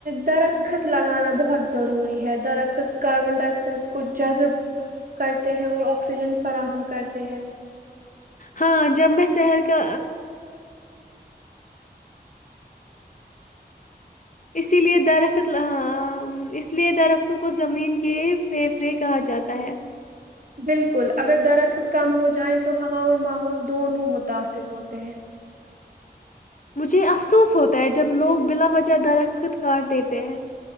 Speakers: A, on the right (about 55°); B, on the left (about 50°).
A: درخت لگانا بہت ضروری ہے درخت کاربن ڈائی آکسائڈ کو جذب کرتے ہیں اور آکسیجن فراہم کرتے ہیں
B: ہاں جب میں شہر کا اسی لیے درخت ہاں اس لیے درختوں کو زمین کے پھیپھڑے کہا جاتا ہے
A: بالکل اگر درخت کم ہو جائے تو ہوا اور ماحول دونوں متاثر ہوتے ہیں
B: مجھے افسوس ہوتا ہے جب لوگ بلا وجہ درخ خود کار دیتے ہیں